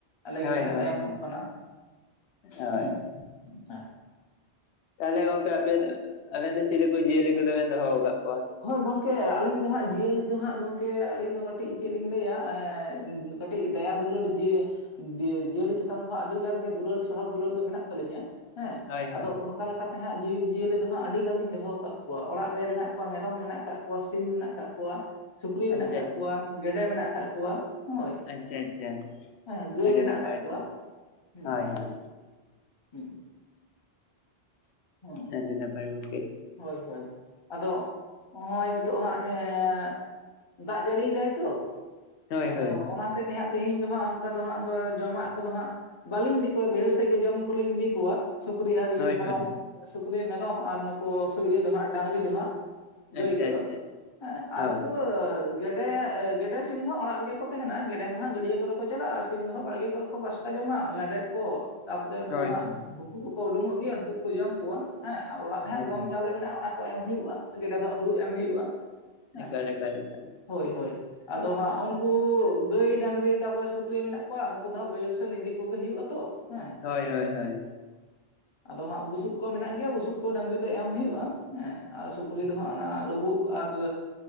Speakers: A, on the left (about 30°); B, on the left (about 80°).
A: ᱟᱞᱮ ᱜᱮ
B: ᱦᱳᱭ
A: ᱦᱟᱸᱜ ᱞᱮ
B: ᱦᱳᱭ
A: ᱛᱟᱭᱚᱢᱚᱜ
B: ᱦᱳᱭ
A: ᱠᱟᱱᱟ
B: ᱦᱳᱭ
A: ᱦᱩᱸ <unintelligible>
B: ᱛᱟᱦᱚᱞᱮ ᱜᱚᱝᱠᱮ ᱟᱯᱮᱱ ᱟᱵᱮᱱ ᱫᱚ ᱪᱤᱞᱤ ᱠᱚ ᱡᱤᱭᱟᱹᱞᱤ ᱠᱚᱫᱚ ᱵᱮᱱ ᱫᱚᱦᱚ ᱟᱠᱟᱫ ᱠᱚᱣᱟ?
A: ᱦᱳᱭ ᱜᱚᱝᱠᱮ ᱟᱞᱤᱧ ᱫᱚ ᱦᱟᱸᱜ ᱡᱤᱭᱟᱹᱞᱤ ᱫᱚ ᱦᱟᱸᱜ ᱜᱚᱢᱠᱮ ᱟᱹᱞᱤᱧ ᱫᱚ ᱠᱟᱹᱴᱤᱡ ᱪᱮᱫ ᱞᱤᱧ ᱞᱟᱹᱭᱟ <unintelligible> ᱠᱟᱹᱴᱤᱡ ᱫᱟᱭᱟ ᱫᱩᱞᱟᱹᱲ ᱡᱤᱼᱼ <unintelligible> ᱡᱤᱭᱟᱹᱞᱤ ᱪᱮᱛᱟᱱ <unintelligible> ᱦᱟᱸᱜ ᱟᱹᱰᱤ ᱜᱟᱱ ᱜᱮ ᱫᱩᱞᱟᱹᱲ ᱥᱟᱦᱟᱜ ᱫᱩᱞᱟᱹᱲ ᱫᱚ ᱢᱮᱱᱟᱜ ᱛᱟᱹᱞᱤᱧᱟ᱾ ᱦᱮᱸ
B: ᱦᱳᱭ
A: ᱟᱫᱚ
B: ᱦᱳᱭ
A: ᱚᱱᱠᱟ ᱞᱮᱠᱟ ᱛᱮ ᱦᱟᱸᱜ ᱡᱤᱵ ᱡᱤᱭᱟᱹᱞᱤ ᱫᱚ ᱦᱟᱸᱜ ᱟᱹᱼᱼ -ᱰᱤ ᱜᱟᱱ ᱞᱤᱧ ᱫᱚᱦᱚ ᱟᱠᱟᱫ ᱠᱚᱣᱟ ᱚᱲᱟᱜ ᱨᱮ ᱢᱮᱱᱟᱜ ᱠᱚᱣᱟ ᱢᱮᱨᱚᱢ ᱢᱮᱱᱟᱜ ᱟᱠᱟᱜ ᱠᱚᱣᱟ ᱥᱤᱢ ᱢᱮᱱᱟᱜ ᱟᱠᱟᱫ ᱠᱚᱣᱟ᱾ ᱥᱩᱠᱨᱤ ᱢᱮᱱᱟᱜ
B: ᱟᱪᱪᱷᱟ
A: ᱟᱠᱟᱫ
B: ᱟᱪᱪᱷᱟ
A: ᱠᱚᱣᱟ ᱜᱮᱰᱮ ᱢᱮᱱᱟᱜ ᱟᱠᱟᱫ ᱠᱚᱣᱟ᱾ ᱦᱳᱭ
B: ᱟᱪᱪᱷᱟ ᱟᱪᱪᱷᱟ
A: ᱦᱮᱸ ᱜᱟᱹᱭ
B: ᱟᱹᱰᱤ
A: ᱢᱮᱱᱟᱜ
B: ᱱᱟᱯᱟᱭ
A: ᱟᱠᱟᱫ ᱠᱚᱣᱟ ᱦᱩᱸ
B: ᱦᱳᱭ ᱦᱳᱭ᱾
A: <unintelligible> ᱦᱩᱸ
B: ᱟᱹᱰᱤ ᱱᱟᱯᱟᱭ ᱜᱚᱢᱠᱮ,
A: ᱦᱳᱭ ᱦᱳᱭ ᱟᱫᱚ ᱦᱚᱸᱜᱼᱚᱭ ᱱᱤᱛᱚᱜ ᱦᱟᱸᱜ ᱮᱸᱻ ᱫᱟᱜ ᱡᱟᱹᱲᱤᱭ ᱮᱫᱟᱭ ᱛᱚᱼᱼ
B: ᱦᱳᱭ
A: ᱟᱫᱚ
B: ᱦᱳᱭ
A: ᱚᱱᱟ ᱦᱚᱛᱮᱡ ᱛᱮᱦᱟᱸᱜ ᱛᱮᱦᱤᱧ ᱫᱚ ᱦᱟᱸᱜ ᱚᱱᱠᱟ ᱫᱚ ᱦᱟᱸᱜ ᱟᱫᱚ ᱡᱚᱢᱟᱜ ᱠᱚ ᱫᱚ ᱦᱟᱸᱜ ᱵᱟᱹᱞᱤᱧ ᱤᱫᱤ ᱠᱚᱣᱟ ᱵᱟᱹᱭᱦᱟᱹᱲ ᱥᱮᱫ ᱜᱮ ᱡᱚᱢ ᱠᱚᱞᱤᱧ ᱤᱫᱤ ᱠᱚᱣᱟ᱾ ᱥᱩᱠᱨᱤ ᱟᱨ ᱤᱭᱟᱹ
B: ᱦᱳᱭ
A: ᱢᱮᱨᱚᱢ
B: ᱦᱳᱭ
A: ᱥᱩᱠᱨᱤ ᱢᱮᱨᱚᱢ ᱟᱨ ᱱᱩᱠᱩ ᱤᱭᱟᱹ ᱫᱚ ᱦᱟᱸᱜ ᱰᱟᱝᱨᱤ ᱫᱚ ᱦᱟᱸᱜ᱾ ᱜᱟᱹᱭ
B: ᱟᱪᱪᱷᱟ
A: ᱠᱚ
B: ᱟᱪᱪᱷᱟ
A: ᱫᱚ ᱦᱮᱸ ᱟᱨ
B: ᱦᱳᱭ
A: ᱱᱩᱠᱩ ᱜᱮᱰᱮ ᱜᱮᱰᱮ ᱥᱤ- -ᱢ ᱦᱚᱸ ᱚᱲᱟᱜ ᱨᱮᱜᱮ ᱠᱚ ᱛᱟᱦᱮᱱᱟ ᱜᱮᱰᱮ ᱢᱟ ᱦᱟᱸᱜ ᱜᱟᱹᱰᱭᱟᱹ ᱠᱚᱨᱮ ᱠᱚ ᱪᱟᱞᱟᱜᱼᱟ ᱥᱤᱢ ᱫᱚ ᱵᱟᱲᱜᱮ ᱠᱚᱨᱮ ᱠᱚ ᱯᱟᱥᱠᱟ ᱡᱚᱢᱟ ᱞᱮᱸᱰᱮᱫ ᱠᱚ᱾ ᱛᱟᱯᱚᱨᱮ ᱩᱱᱠᱩ
B: ᱦᱳᱭ
A: ᱦᱟᱸᱜ
B: ᱦᱳᱭ
A: ᱵᱩᱠᱩ ᱠᱚᱠᱚ ᱩᱰᱩᱝᱚᱜ ᱜᱮᱭᱟ ᱩᱱᱠᱩ ᱠᱚᱠᱚ ᱡᱚᱢ ᱠᱚᱣᱟ᱾ ᱦᱮᱸ ᱟᱨ ᱚᱲᱟᱜ ᱨᱮ ᱦᱟᱸᱜ
B: ᱦᱳᱭ
A: ᱜᱚᱢ ᱪᱟᱣᱞᱮ ᱢᱮᱱᱟᱜᱼᱟ ᱚᱱᱟᱠᱚ ᱮᱢ ᱦᱩᱭᱩᱜᱼᱟ ᱜᱮᱰᱮ ᱫᱚ ᱦᱟᱸᱜ ᱦᱩᱲᱩ ᱮᱢ ᱦᱩᱭᱩᱜᱼᱟ ᱾ ᱦᱮᱸ
B: ᱮᱠᱟᱞ ᱮᱠᱟᱞ ᱮᱠᱟᱞ
A: ᱦᱳᱭ ᱦᱳᱭ। ᱛᱚ ᱦᱟᱸᱜ ᱩᱱᱠᱩ ᱜᱟᱹᱭ ᱰᱟᱝᱨᱤ ᱛᱟᱯᱚᱨᱮ ᱥᱩᱠᱨᱤ ᱢᱮᱱᱟᱜ ᱠᱚᱣᱟ ᱱᱩᱠᱩ ᱫᱚ ᱦᱟᱸᱜ ᱵᱟᱹᱭᱦᱟᱹᱲ ᱥᱮᱱ ᱤᱫᱤ ᱠᱚᱜᱮ ᱦᱩᱭᱩᱜᱼᱟ ᱛᱚ। ᱦᱮᱸ।
B: ᱦᱳᱭ ᱦᱳᱭ ᱦᱳᱭ
A: ᱟᱫᱚ ᱦᱟᱸᱜ ᱵᱩᱥᱩᱵ ᱠᱚ ᱢᱮᱱᱟᱜ ᱜᱮᱭᱟ ᱵᱩᱥᱩᱵ ᱠᱚ ᱰᱟᱝᱨᱤ ᱫᱚ ᱮᱢ ᱦᱩᱭᱩᱜᱼᱟ ᱦᱮᱸ ᱟᱨ ᱥᱩᱠᱨᱤ ᱫᱚ ᱦᱟᱸᱜ ᱚᱱᱟ ᱞᱩᱵᱩᱜ ᱟᱨ